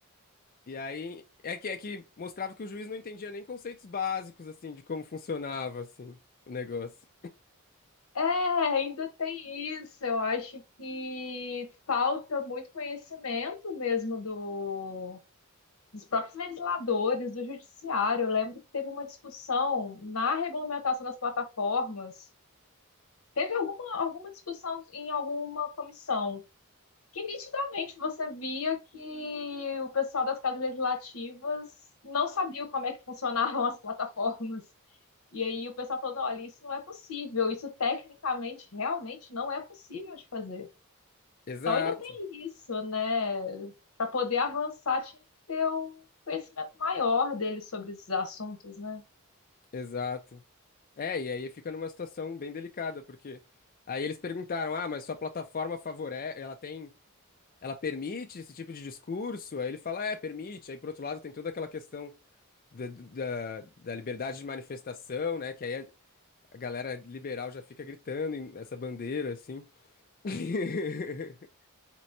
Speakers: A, on the left; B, on the left.
A: E aí, é que, é que mostrava que o juiz não entendia nem conceitos básicos, assim, de como funcionava, assim, o negócio.
B: É, ainda tem isso. Eu acho que falta muito conhecimento mesmo do, dos próprios legisladores, do judiciário. Eu lembro que teve uma discussão na regulamentação das plataformas. Teve alguma, alguma discussão em alguma comissão que nitidamente você via que o pessoal das casas legislativas não sabia como é que funcionavam <laughs> as plataformas. E aí o pessoal falando, olha, isso não é possível, isso tecnicamente realmente não é possível de fazer.
A: Exato,
B: Então ainda tem isso, né? Para poder avançar, tinha que ter um conhecimento maior deles sobre esses assuntos, né?
A: exato. É, e aí fica numa situação bem delicada, porque aí eles perguntaram, ah, mas sua plataforma favorece, ela tem, ela permite esse tipo de discurso? Aí ele fala, é, permite. Aí, por outro lado, tem toda aquela questão da, da, da liberdade de manifestação, né? Que aí é, A galera liberal já fica gritando em- essa bandeira, assim. <laughs>